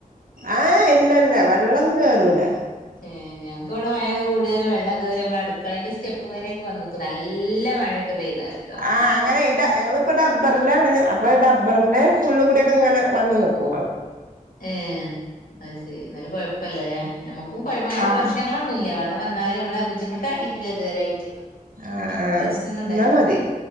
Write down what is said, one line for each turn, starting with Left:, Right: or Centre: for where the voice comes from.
Right: ആഹ് ഇല്ലല്ല വെള്ളൊന്നും കേറൂല
Left: ഏ ഞങ്ങ്ക്കിവിടെ മയയൊക്കെ കൂടിയാലും വെള്ളം കേറി നമ്മള് അടുക്കളെന്റെ സ്റ്റെപ്പ് വരെയൊക്കെ വന്ന്ക്കും നല്ല മഴയൊക്കെ പെയ്താല്ട്ടോ
Right: ആ അങ്ങനെ ഇട ഞങ്ങിപ്പൊ ഡബ്ബറിലാണ് അപ്പൊ ഡബ്ബറിന്റെ ഫുള്ള് കൂടിയൊക്കെ ഇങ്ങനെ വന്ന്നിക്കും വെള്ളം
Left: ഏ അത്ശെരി എന്നാലും കൊയപ്പല്ലാലെ നമ്മുക്കും കൊയപ്പ അവ്ടെ
Right: ആഹ്
Left: പ്രശ്നങ്ങളാവ്ണില്ലേ വെ ള്ളം വന്നാലും നമ്മളെ ബുദ്ധിമുട്ടാക്കീട്ടില്ല ഇതുവരെയായിട്ട്
Right: ആഹ് ആഹ്
Left: പ്രശ്നൊന്ന്ണ്ടായിട്ടില്ല
Right: എന്നാ മതി